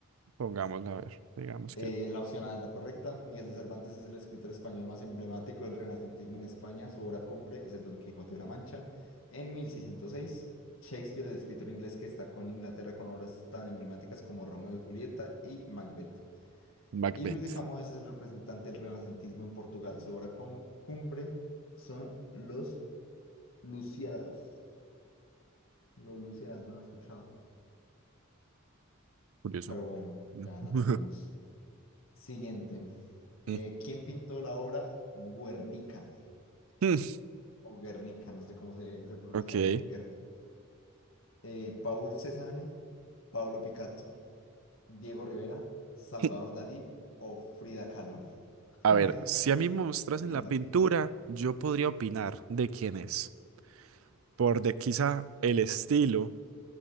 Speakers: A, on the right (about 85°); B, on the left (about 70°).
A: pongámosla a ver. Digamos
B: Eh,
A: que
B: la opción A es la correcta. Miguel de Cervantes es el escritor español más emblemático del renacentismo en España. Su obra cumbre es el Don Quijote de la Mancha. En 1606, Shakespeare, el escritor inglés que destacó en Inglaterra con obras tan emblemáticas como Romeo y Julieta y Macbeth.
A: Macbeth.
B: Y Luis de Camoes es el representante del renacentismo en Portugal. Su obra cum- cumbre son los Luciadas. Los Luciadas, no lo he escuchado.
A: Curioso.
B: Pero bueno, ya
A: <laughs>
B: la tenemos. Siguiente. Eh,
A: Mm.
B: ¿quién pintó la obra Guernica?
A: <laughs>
B: o Guernica, no sé cómo se, se pronuncia
A: Ok.
B: eso, Guernica. Eh, Paul Cézanne, Pablo Picasso, Diego Rivera, Salvador
A: <laughs>
B: Dalí o Frida Kahlo.
A: A
B: Hmm,
A: ver, si a mí me mostrasen
B: ¿Qué piensas?
A: la pintura, yo podría opinar de quién es. Por de, quizá el estilo